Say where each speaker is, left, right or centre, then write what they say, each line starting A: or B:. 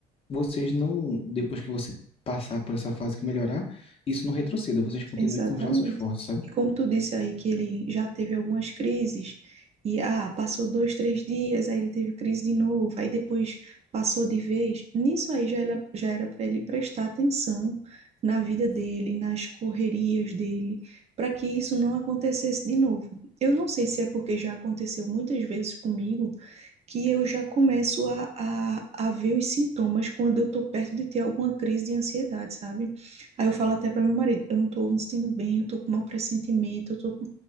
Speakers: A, on the left (about 35°); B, on the right (about 40°).
A: vocês não, depois que você passar por essa fase que melhorar, isso não retroceda, vocês continuem
B: Exatamente.
A: com os laços fortes, sabe?
B: E como tu disse aí que ele já teve algumas crises, e ah, passou dois, três dias, aí ele teve crise de novo, aí depois passou de vez. Nisso aí já era, já era para ele prestar atenção na vida dele, nas correrias dele, para que isso não acontecesse de novo. Eu não sei se é porque já aconteceu muitas vezes comigo que eu já começo a, a, a ver os sintomas quando eu tô perto de ter alguma crise de ansiedade, sabe? Aí eu falo até para meu marido, eu não tô me sentindo bem, eu tô com mau pressentimento, eu tô com...